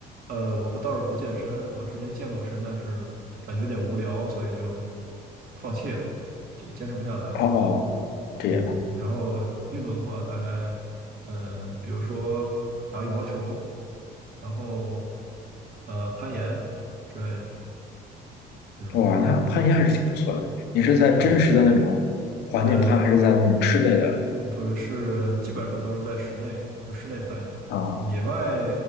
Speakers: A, on the right; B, on the left.
A: 呃，我不倒是不健身，我之前健过身，但是感觉有点无聊，所以就放弃了，这坚持不下来。
B: 哦，这样，
A: 嗯，然后运动的话，大概呃，比如说打羽毛球，然后呃攀岩之类的那种，
B: 哇，那攀岩还是挺不错的。你是在真实的那种环境攀，
A: 嗯呃，
B: 还是在那种室内的
A: 呃不是，是基本上都是在室内，就室内攀岩，
B: 啊？
A: 野外